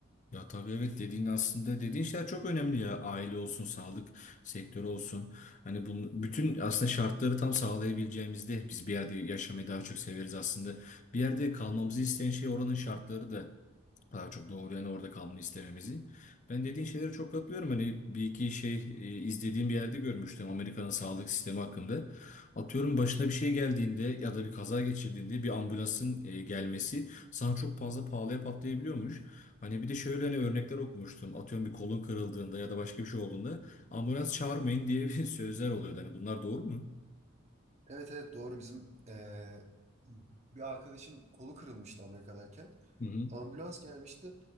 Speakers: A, on the left; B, on the right.
A: Ya tabii evet dediğin aslında dediğin şeyler çok önemli ya aile olsun sağlık sektörü olsun hani bunun bütün aslında şartları tam sağlayabileceğimizde biz bir yerde yaşamayı daha çok severiz aslında bir yerde kalmamızı isteyen şey oranın şartları da Daha çok doğru yani orada kalmanı istememizi. Ben dediğin şeylere çok katılıyorum. Hani bir iki şey e, izlediğim bir yerde görmüştüm Amerika'nın sağlık sistemi hakkında. Atıyorum başına bir şey geldiğinde ya da bir kaza geçirdiğinde bir ambulansın e, gelmesi sana çok fazla pahalıya patlayabiliyormuş. Hani bir de şöyle hani örnekler okumuştum. Atıyorum bir kolun kırıldığında ya da başka bir şey olduğunda ambulans çağırmayın diye bir <laughs> sözler oluyordu. Hani bunlar doğru mu?
B: Evet evet doğru bizim eee, bir arkadaşın kolu kırılmıştı Amerika'dayken.
A: Hı hı.
B: Ambulans gelmişti.